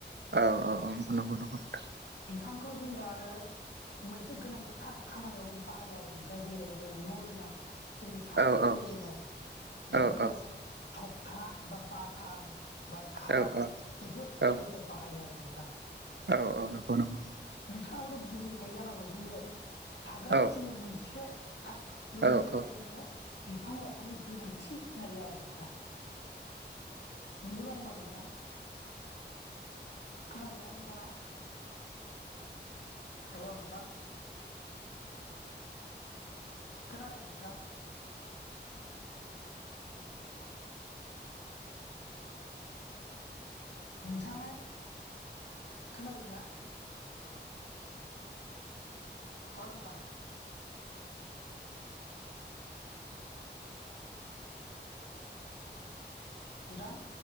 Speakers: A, on the right; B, on the left.
A: औ औ औ नंगौ नंगौ नोंथां।
B: बिफांखौ जोङो आरो मोनसे गोनांथार खामानियावबो बाहायो आरो दा जेरै जों न' लुनाय जोंनि थाग्रा
A: औ
B: खुलि
A: औ
B: लुनाय
A: औ
B: बेयाव जोङो थखथा बा बाथाम बा
A: औ
B: खाथ
A: औ औ
B: बेफोरबायदियाव
A: औ
B: बाहायो आरो नोंथां।
A: औ औ नंगौ नंगौ।
B: नोंथाङाबोथ' बुजिखायो जानांगौ जोंनो थाग्रा
A: औ
B: खुलि मोनसे <unintelligible> लुनो
A: औ
B: थाखाय
A: औ
B: जोंनो बिफां लाइफांनि गोनांथि जायो आरो नोंथां। नोंगौ ना नोंङा नोंथां? खोनादोंना नोंथाङा? हेल' नोंथां। खोनादों नोंथां? नोंथाङा खोनादों ना? ह नोंथां <unintelligible> नोंथां